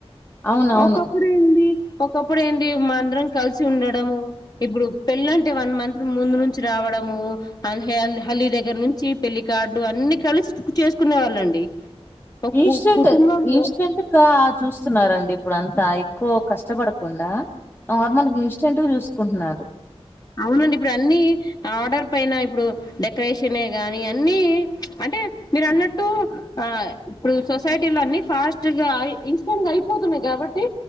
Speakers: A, on the left; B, on the left.
A: అవునవును
B: ఒకప్పుడు ఏంది ఒకప్పుడు ఏంది మా అందరం కలిసి ఉండడము ఇప్పుడు పెళ్లి అంటే వన్ మంత్ ముందు నుంచి రావడము హాల్ హల్లీ దగ్గర నుంచి పెళ్లి కార్డు అన్ని కలిసి చేసుకునే వాళ్ళండి ఒక
A: ఇన్స్టెంట్
B: కుటుంబంలో
A: ఇన్స్టెంట్గా చూస్తున్నారండి ఇప్పుడు అంతా ఎక్కువ కష్టపడకుండా నార్మల్ ఇన్స్టెంట్ చూసుకుంటున్నారు
B: అవునండి ఇప్పుడు అన్ని ఆర్డర్ పైన ఇప్పుడు డెకరేషనే గాని అన్ని అంటే మీరు అన్నట్టు ఆ ఇప్పుడు సొసైటీలో అన్ని ఫాస్ట్ గా ఇన్స్టెంట్ గా అయిపోతున్నాయి కాబట్టి